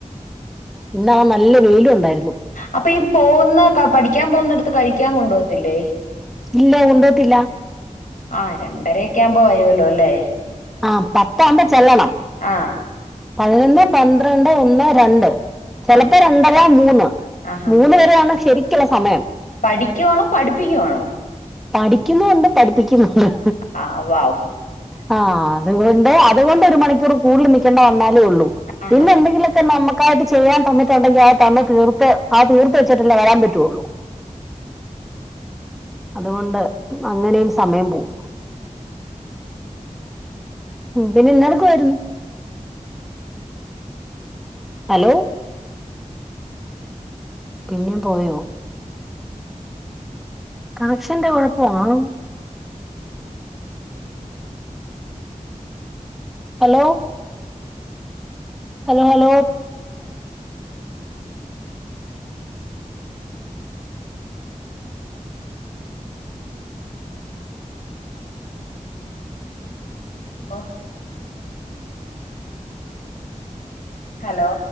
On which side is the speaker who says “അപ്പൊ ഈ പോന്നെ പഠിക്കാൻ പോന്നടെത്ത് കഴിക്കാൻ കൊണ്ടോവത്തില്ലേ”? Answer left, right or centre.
Left